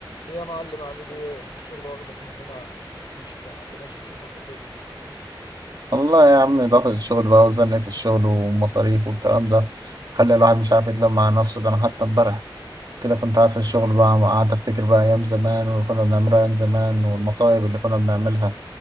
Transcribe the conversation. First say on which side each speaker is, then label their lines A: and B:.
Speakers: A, on the left; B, on the right.
A: ايه يا معلم عامل ايه الشغل واخدك مننا مفيش بقى- بقناش نشوفك وكده
B: والله يا عم ضغط الشغل بقى وزنة الشغل والمصاريف والكلام ده خلي الواحد مش عارف يتلم مع نفسه ده انا حتى امبارح كده كنت قاعد في الشغل بقى قعدت افتكر بقى ايام زمان واللي كنا بنعملها ايام زمان والمصايب اللي كنا بنعملها